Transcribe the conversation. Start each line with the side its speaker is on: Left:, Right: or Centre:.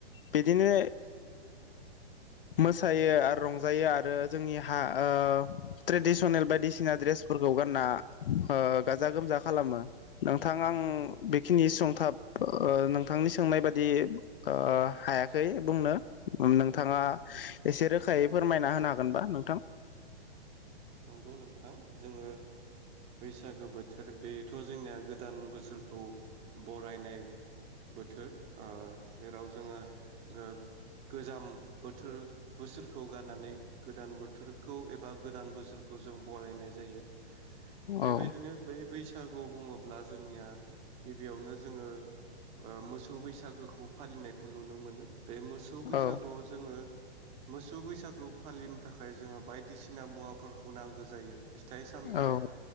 Left: बिदिनो मोसायो आरो रंजायो आरो जोंनि हा ओ ट्रेडिसनेल बायदिसिना ड्रेसफोरखौ गानना ओ गाजा गोमजा खालामो नोंथां आं बेखिनि सुंथाब ओ नों नोंथांनि सोंनाय बादि ओ हायाखै बुंनो नोंथाङा एसेबो रोखायै फोरमायना होनो हागोनबा नोंथां
Right: नंगौ नोंथां जोङो बैसागो बोथोर बेथ' जोंनिया गोदान बोसोरखौ बरायनाय बोथोर ओ जेराव जोङो ओ गोजाम बोथोर बोसोरखौ गारनानै गोदान बोथोरखौ एबा गोदान बोस सोरखौ जों बरायनाय जायो। बेबायदिनो
Left: औ
Right: बै बैस बैसागु बुङोब्ला जोंनिया। गिबियावनो जोङो, ओ मोसौ बैसागुखौ फालिनायखौ नुनो मोनो। बे मोसौ बैसागुआव
Left: औ
Right: जोङो मोसौ बैसागु फालि थाखाय जोङो बायदिसिना मुवा फोरखौ नांगो जायो। फिथाइ सामथाइ,
Left: औ